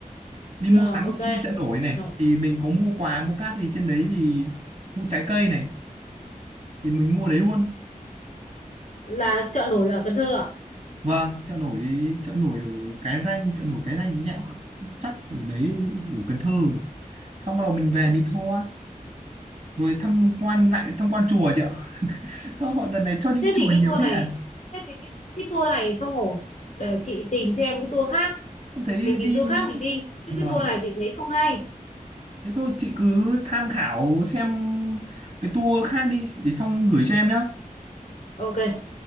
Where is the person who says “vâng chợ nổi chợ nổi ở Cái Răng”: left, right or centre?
Right